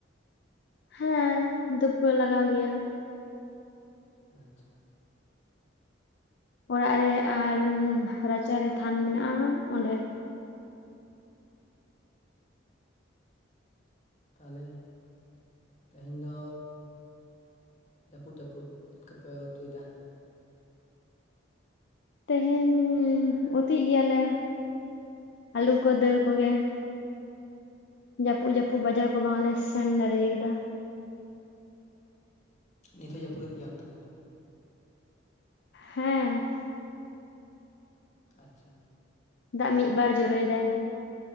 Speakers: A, on the left; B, on the left.
A: ᱦᱮᱸ ᱫᱷᱩᱯ ᱠᱚ ᱞᱟᱜᱟᱣ ᱜᱮᱭᱟ᱾
B: ᱟᱪᱪᱷᱟ᱾
A: ᱚᱲᱟᱜ ᱨᱮ ᱟᱨ ᱨᱟᱪᱟᱨᱮ ᱛᱷᱟᱱ ᱢᱮᱱᱟᱜᱼᱟ ᱚᱸᱰᱮ᱾
B: ᱛᱟᱦᱞᱮ ᱛᱮᱦᱮᱧ ᱫᱚ ᱡᱟᱹᱯᱩᱫ ᱡᱟᱹᱯᱩᱫ ᱪᱮᱫ ᱠᱚᱯᱮ ᱩᱛᱩᱭᱫᱟ?
A: ᱛᱮᱦᱮᱧ ᱩᱛᱩᱭᱮᱫ ᱜᱮᱭᱟᱞᱮ ᱟᱹᱞᱩ ᱠᱚ ᱫᱟᱹᱞ ᱠᱚᱜᱮ᱾ ᱡᱟᱹᱯᱩᱫ ᱡᱟᱹᱯᱩᱫ ᱵᱟᱡᱟᱨ ᱠᱚ ᱵᱟᱝᱞᱮ ᱥᱮᱱ ᱫᱟᱲᱮᱭ ᱟᱠᱟᱫᱟ᱾
B: ᱱᱤᱛ ᱦᱚᱸᱭ ᱡᱟᱹᱯᱩᱫ ᱮᱫ ᱜᱮᱭᱟ ᱚᱱᱛᱮ ᱫᱚ?
A: ᱦᱮᱸ
B: ᱟᱪᱪᱷᱟ
A: ᱫᱟᱜ ᱢᱤᱫ ᱵᱟᱨ ᱡᱚᱨᱚᱭᱮᱫᱟᱭ